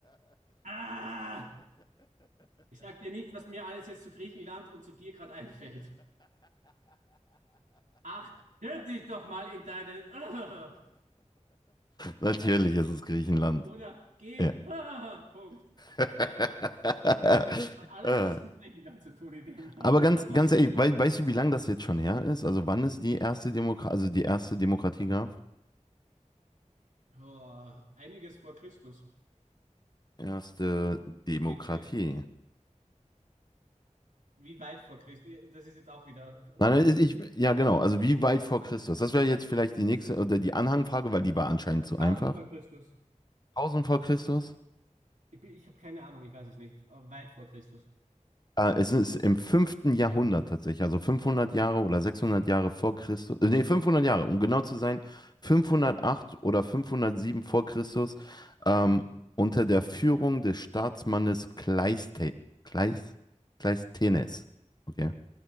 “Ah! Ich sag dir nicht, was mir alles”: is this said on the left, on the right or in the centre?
Right